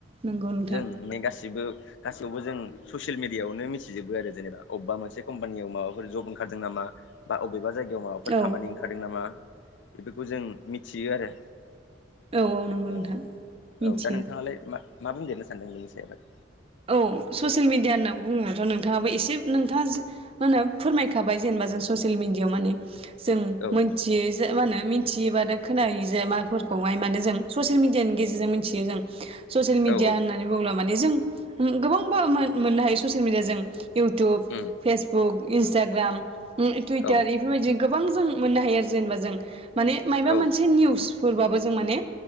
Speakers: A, on the right; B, on the left.
A: नंगौ। नोंथां
B: जों नै गासिबो गासैयावबो जों ससियेल मिडियआवनो मिथिजोबो आरो जेनेबा अबेबा मोनसे कम्पानियाव माबाफोर जब ओंखारदों नामा बा बबेबा जायगायाव माबाफोर
A: औ
B: खामानि ओंखारदों नामा बेफोरखौ जों मिथियो आरो।
A: औ नंगौ
B: औ
A: नोंथां मिथिया
B: औ दा नोंथाङालाय मा मा बुंदेरनो सानदों बेनि सायावहाय?
A: औ ससियेल मिडिया होनना बुङोबथ' नोंथाङाबो एसे नोंथाङा मा होनो फोरमायखाबाय जेनेबा जों ससियेल मिडियाआव माने जों
B: औ
A: मिथि मा होनो मिथियोबा दा खोनायो जे माफोरखौ माहाय मानो जों ससियेल मिडियानि गेजेरजों मिथि ज जों <unintelligible> ससियेल मिडिया
B: औ
A: होननानै बुङोब माने जों गोबांबा मोननो हायो ससियेल मिडिया जों इउटुब,
B: औ उम
A: फेसबुक, इन्सटाग्राम, टुइटार
B: औ
A: बेफोरबायदि गोबां जों मोननो हायो आरो। जेनेबा जों माने मबा
B: औ
A: मोनसे निउस फोरबबो जों माने